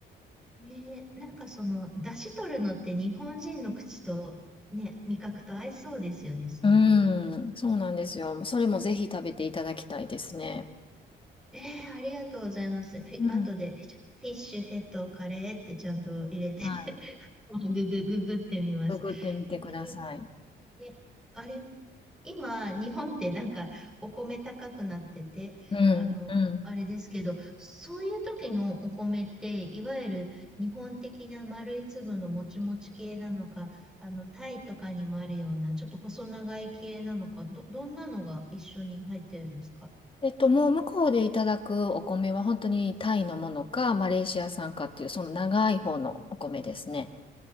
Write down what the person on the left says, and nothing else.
うーん、そうなんですよ。それもぜひ食べていただきたいですね。
うん。
はい。
作ってみてください。
うん、
うん。
えっと、もう向こうでいただくお米は本当にタイのものか、マレーシア産かっていう、その長い方のお米ですね。